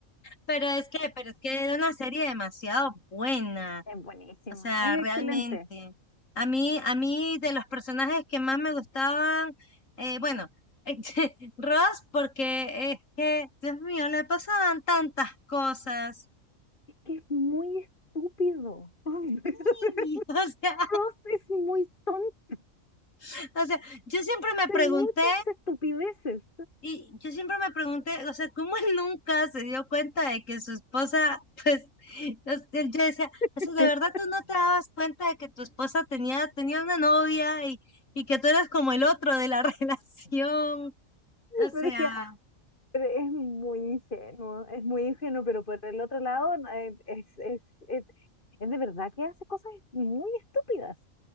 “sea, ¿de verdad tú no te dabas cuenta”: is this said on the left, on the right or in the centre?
Left